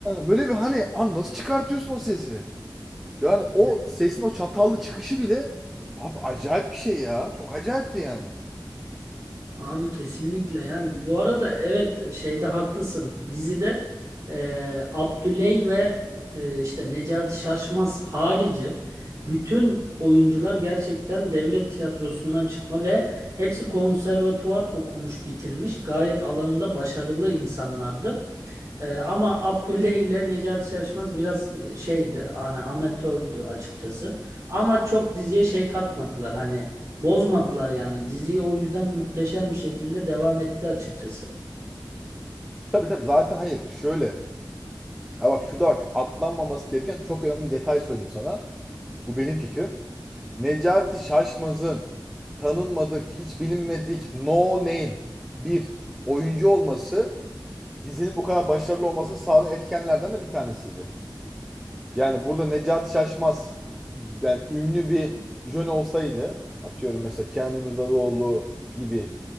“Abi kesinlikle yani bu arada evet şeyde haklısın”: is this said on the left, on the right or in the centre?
Right